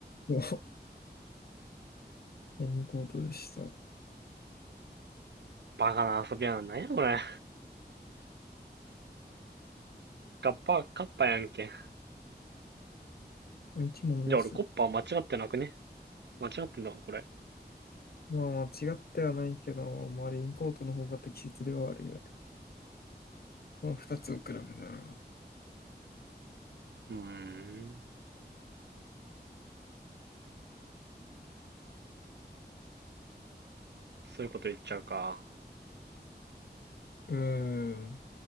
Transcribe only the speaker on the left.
もう、<laughs> レインコートでした。も
う一問ます。
まあ、間違ってはないけど、まあ、レインコートの方が適切ではあるよ。その二つを比べたら。
うーん。